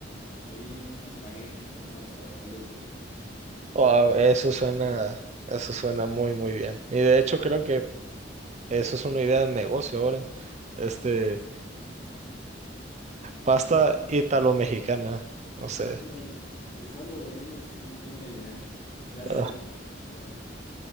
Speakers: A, on the left; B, on the right.
A: Ahí un espagueti con salsa de mole, por ejemplo.
B: Wow, eso suena, eso suena muy, muy bien. Y de hecho creo que Eso es una idea de negocio ahora. Este, pasta
A: Sí,
B: italo-mexicana, no
A: <laughs>
B: sé.
A: ándale. Pensándolo bien, es, es buena idea. Ya la
B: Ah,
A: iremos platicando.